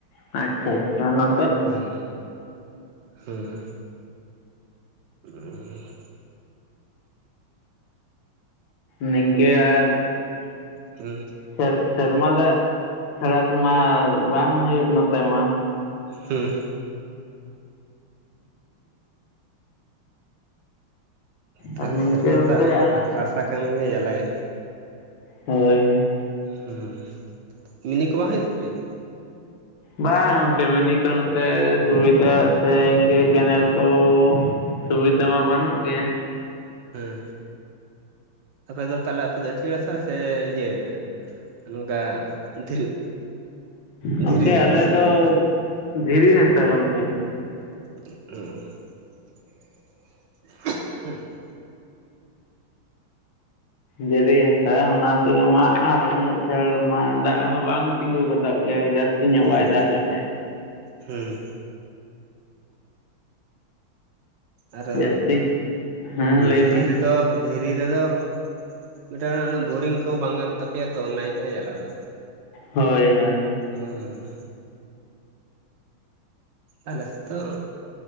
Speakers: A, on the left; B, on the right.
A: ᱟᱪᱪᱷᱟᱼᱟᱪᱪᱷᱟ ᱱᱚ
B: ᱦᱮᱸ ᱦᱮᱸ᱾ <unintelligible>
A: ᱱᱤᱝᱠᱟᱹ ᱟᱨ
B: ᱦᱩᱸ᱾
A: ᱥᱮᱨ ᱥᱮᱨᱢᱟ ᱫᱟᱜ ᱪᱷᱟᱬᱟ ᱛᱚᱢᱟ ᱵᱟᱝ ᱦᱩᱭᱩᱜ ᱱᱚᱛᱮ ᱢᱟ᱾
B: ᱦᱩᱸ᱾ ᱛᱟᱦᱞᱮ
A: ᱟᱨ ᱱᱤᱝᱠᱟᱹ
B: ᱥᱮᱨᱢᱟ
A: ᱚᱱᱠᱟ
B: ᱫᱟᱜ
A: ᱟᱨ
B: ᱟᱥᱟ ᱠᱟᱱ ᱜᱮ ᱡᱟᱞᱟᱭᱟ᱾
A: ᱦᱳᱭ᱾
B: ᱦᱩᱸ ᱢᱤᱱᱤ ᱠᱚ ᱵᱟᱝ ᱦᱩᱭᱩᱜ ᱛᱟᱯᱮᱭᱟ?
A: ᱵᱟᱝ ᱜᱚᱝᱠᱮ ᱢᱤᱱᱤ ᱠᱚ ᱱᱚᱛᱮ ᱥᱩᱵᱤᱫᱟ ᱥᱮ ᱤᱱᱠᱟᱹ ᱠᱮᱱᱮᱞ ᱠᱚ ᱥᱩᱵᱤᱛᱟ ᱢᱟ ᱵᱟᱹᱱᱩᱜ ᱜᱮ᱾
B: ᱦᱩᱸ᱾ ᱟᱯᱮ ᱫᱚ ᱛᱟᱦᱚᱞᱮ ᱟᱯᱮ ᱫᱚ ᱟᱹᱴᱭᱟᱹᱲ ᱦᱟᱥᱟ ᱥᱮ ᱤᱭᱟᱹ ᱱᱚᱝᱠᱟ ᱫᱷᱤᱨᱤ?
A: ᱜᱚᱢᱠᱮ
B: ᱫᱷᱤᱨᱤ
A: ᱟᱞᱮ
B: ᱫᱤᱥᱚᱢ
A: ᱫᱚ
B: ᱠᱟᱱᱟ
A: ᱫᱷᱤᱨᱤ ᱦᱟᱥᱟ ᱜᱚᱢᱠᱮ᱾
B: <unintelligible>
A: ᱫᱷᱤᱨᱤ ᱦᱟᱥᱟ ᱚᱱᱟ ᱛᱮᱜᱮ ᱢᱟ ᱟᱨ ᱩᱱᱟᱹᱜ ᱪᱷᱟᱹᱲ ᱢᱟ ᱫᱟᱜ ᱦᱚᱸ ᱵᱟᱝ ᱛᱤᱸᱜᱩ ᱜᱚᱫᱚᱜ ᱜᱮ ᱡᱟᱹᱥᱛᱤ ᱧᱚᱜ
B: ᱦᱩᱸ
A: ᱵᱟᱭ ᱫᱟᱜ ᱞᱮᱠᱷᱟᱡ᱾
B: ᱦᱩᱸ᱾ ᱟᱫᱚ
A: ᱡᱟᱹᱥᱛᱤ ᱦᱮᱸ ᱞᱟᱹᱭ
B: ᱫᱷᱤᱨᱤ
A: ᱵᱮᱱ
B: ᱨᱮᱫᱚ ᱫᱷᱤᱨᱤ ᱨᱮᱫᱚ ᱢᱤᱫᱴᱟᱝ ᱚᱱᱮ ᱵᱳᱨᱤᱝ ᱠᱚ ᱵᱟᱝ ᱜᱟᱱᱚᱜ ᱛᱟᱯᱮᱭᱟ ᱛᱚ ᱚᱱᱟ ᱦᱩᱭᱩᱜ ᱠᱟᱱᱟ ᱡᱟᱞᱟ ᱫᱚ᱾
A: ᱦᱳᱭ ᱦᱳᱭ᱾
B: ᱦᱩᱸ᱾ ᱟᱞᱮ ᱥᱮᱫ ᱫᱚ